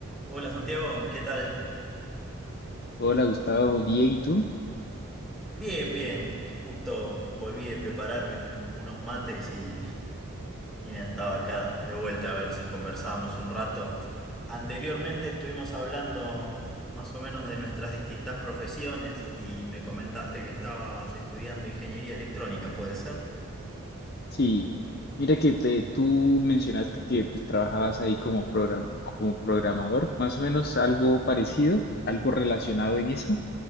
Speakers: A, in the centre; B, on the left.
A: Hola Santiago, ¿qué tal?
B: Hola Gustavo, bien, ¿y tú?
A: Bien, bien. Justo volví de prepararme unos mates y, y nada, estaba acá de vuelta a ver si conversábamos un rato. Anteriormente estuvimos hablando más o menos de nuestras distintas profesiones y me comentaste que estabas estudiando ingeniería electrónica, ¿puede ser?
B: Sí, mira que te, tú mencionaste que pues, trabajabas ahí como, program- como programador, más o menos algo parecido, algo relacionado en eso.